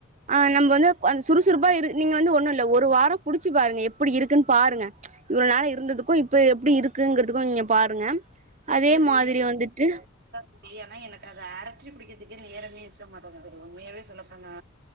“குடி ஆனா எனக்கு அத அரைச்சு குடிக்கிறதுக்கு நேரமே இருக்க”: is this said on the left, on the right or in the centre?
Right